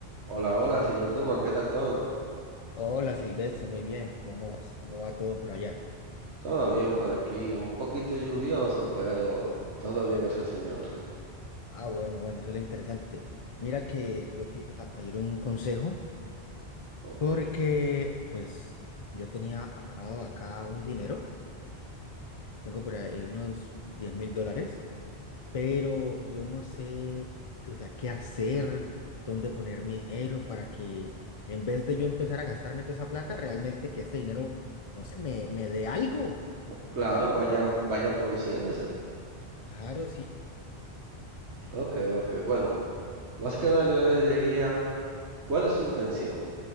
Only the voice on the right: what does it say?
Hola, hola, señor Duman, ¿qué tal todo?
Todo bien por aquí, un poquito lluvioso, pero todo bien, gracias al señor.
Ok,
Bu- claro, vaya, vaya produciéndose.
Ok, ok, bueno, más que nada yo le diría, ¿cuál es su intención?